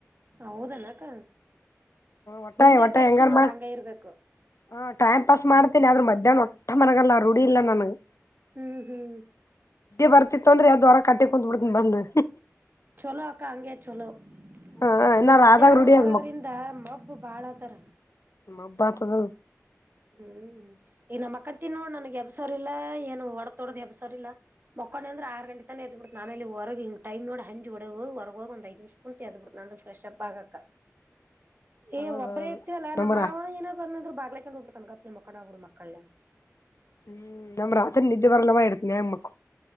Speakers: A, on the right; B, on the left.
A: ಹೌದನಕ್ಕ
B: ಒಟ್ಟಾಯ
A: ನಿಮ್ದೇ
B: ಒಟ್ಟಾಯ
A: ಬೆಸ್ಟ್
B: ಹೆಂಗಾರ
A: ನೋಡ್
B: ಮಾಡ
A: ಹಂಗ ಇರ್ಬೇಕು
B: ಹಾ ಟೈಮ್ ಪಾಸ್ ಮಾಡ್ತೇನಿ ಆದ್ರೂ ಮಧ್ಯಾಹ್ನ ಒಟ್ಟ ಮಲಗಲ್ಲ ರೂಢಿ ಇಲ್ಲ ನನ್ಗೆ
A: ಹ್ಮ್ ಹ್ಮ್
B: ಬರ್ತಿತ್ತು ಅಂದ್ರೆ ಯಾವದ್ ವಾರ ಕಟ್ಟಿ ಕುಂತತ್ಬ ಬಿಡ್ತನ ಬಂದು
A: ಚಲೋ ಅಕ್ಕ ಅಂಗೆ ಚಲೋ
B: ಹ
A: ಅದು
B: ಇನ್ನ
A: ಮಧ್ಯಾಹ್ನ
B: ರಾಧಾಗ್ ರೂಢಿ
A: ಮಕ್ಕಳೋದ್ರಿಂದ
B: ಅದ್
A: ಮಗ್ಗು ಬಾಳ ತರ
B: ಮಬಾತದ
A: ಹ್ಮ್ ಈ ನ ಮಕ್ಕ ತಿನ್ ನೋಡ್ ನನ್ಗೆ ಎಬ್ಸರ್ ಇಲ್ಲಾ ಏನು ಹೊಡತೊಡದ್ ಎಬ್ಸರ್ ಇಲ್ಲಾ ಮಕ್ಕೊಂಡನ ಅಂದ್ರ ಆರು ಗಂಟೆನೆ ಎತ್ಬ ಬಿಟ್ಟು ಆಮೇಲೆ ಹೊಗ ಹಿ ಟೈಮ ನೋಡ್ ಹಂಜ ಹೊಡೆ ಹೊರಗ ಹೋಗ ಒಂದೈ್ತಿ ಜ್ ಕುಂತ ಅ್ಬ ಬಿು ಅ ಫ್ರೆ್ಪ್ ಆಗಕ ಏ
B: ಹೌದೌದು
A: ಒಬ್ಬ್ರ ಇರ್ತಿವಲ್ಲ
B: ನಮ್
A: ನಮ್ಮ ಮಾವನ
B: ರಾ
A: ಏನೋ ಬಂದ್ರು ಬ್ಲೆಕಂಡ್ ಉಂ್ರ ತಂಗತ್ನ ಮಕ್ಕಡ ಕೊಡ ಮಕ್ಕಳಲ್ಲ
B: ಹ್ಮ್ ನಮ್ಮ್ ರತ ನತಿ ಬರಲವಾ ಎತನ ನಮಕ್ಕ